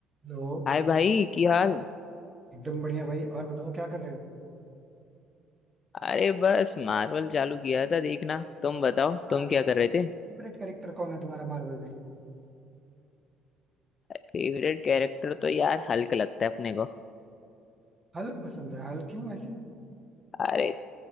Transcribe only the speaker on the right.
Hello
एकदम बढ़िया भाई और बताओ क्या कर रहे हो
मार्वल
फेवरेट कैरेक्टर कौन है तुम्हारा मार्वल में
हल्क पसंद है हल्क क्यों ऐसे